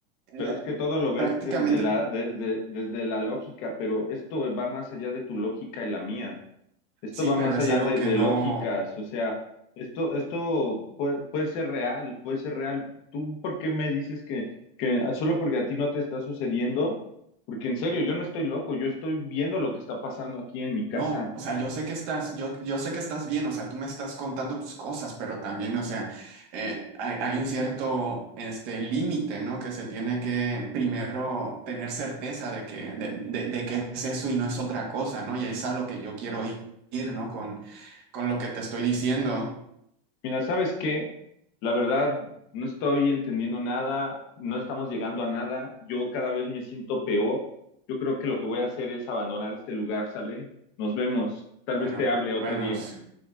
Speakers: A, on the right; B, on the left.
A: la-
B: pero es que todo lo ves
A: prácticamente
B: desde la, desde, desde la lógica, pero esto va más allá de tu lógica y la mía. Esto
A: sí,
B: va
A: pero
B: más
A: es
B: allá
A: algo
B: de,
A: que
B: de
A: no.
B: lógicas, o sea, esto, esto puede, puede ser real, puede ser real. ¿Tú por qué me dices que, que solo porque a ti no te está sucediendo? Porque en serio, yo no estoy loco, yo estoy viendo lo que está pasando aquí en mi casa.
A: No, o sea, yo sé que estás, yo, yo sé que estás bien, o sea, tú me estás contando tus cosas, pero también, o sea, eh, hay, hay un cierto, este, límite, ¿no? Que se tiene que primero tener certeza de que, de, de- de que es eso y no es otra cosa, ¿no? Y es a lo que yo quiero ir, ¿no? Con, con lo que te estoy diciendo.
B: Mira, ¿sabes qué? La verdad, no estoy entendiendo nada, no estamos llegando a nada, yo cada vez me siento peor. Yo creo que lo que voy a hacer es abandonar este lugar, ¿sale? Nos vemos, tal
A: Bueno,
B: vez te hable otro
A: bueno,
B: día.
A: sí,